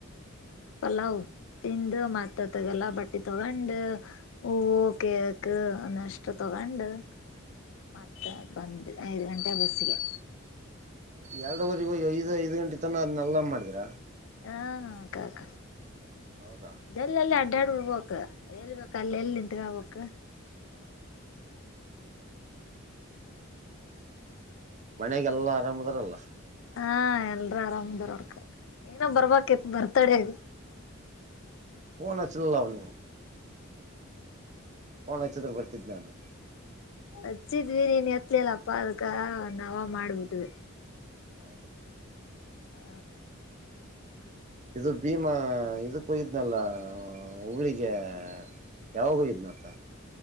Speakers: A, on the right (about 35°); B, on the left (about 65°).
A: ಹ್ಮ್
B: ಪಲಾವು ತಿಂದು ಮತ್ತತ್ತಗಲ್ಲ ಬಟ್ಟೆ ತಗೊಂಡ ಹೂವು ಕೇಕ್ ನ್ನಷ್ಟ ತಗೊಂಡು. <unintelligible> ಬಂದ್ ಐದು ಗಂಟೆ ಬಸ್ಗೆ.
A: ಎರಡುವರು ಇಗ ಐದು್ ಐದ್ ಗಂಟೆ ತನ ಅದ್ನೆೆಲ್ಲ ಮಾಡಿದ್ರ.
B: ಹಾ ಕಾಕ
A: ಹೌದಾ
B: ಜಲ್ಲ ಅಲ್ಲಿ ಅಡ್ಡಾಡ. ಹೋಗಕ್ ಹೇಳ್ಬೇಕ್ ಅಲ್ಲಿ ಎಲ್ಲಿ ನಿಂತ್ಕಬೇಕು
A: ಹೌದಾ. ಮನೆಗೆಲ್ಲಾ ಆರಾಮದ್ರಲ್ಲ.
B: ಹಾ ಎಲ್ರೂ ಆರಾಮದರೋರ್ಕ. ಏನೋ ಬರ್ಬೇಕೇತ್ ಬರ್. ತಡೆ.
A: ಪೋನ್ ಹಚ್ಚಿಲ್ಲವು ನೀವು ಪೋನ್ ಹಚ್ಚಿದರೆ ಬರ್ತಿದೆ ನಾನು
B: ಹಚ್ಚಿದ್ವಿ ನೀನ್ ಎತ್ಲಿಲ್ಲಪ್ಪಾ ಅದಕ್ಕ ನಾವ ಮಾಡ್ಬಿಟ್ಟವಿ.
A: ಹೌದ.
B: ಹ.
A: ಹ್ಮ್ ಇದು ಭೀಮಾ ಇದಕ್ಕ ಹೋಯಿದ್ನಲ್ಲ ಹುಬ್ಬಳ್ಳಿಗೆ ಯಾವಾಗ ಹೋಗಿದ್ನತ.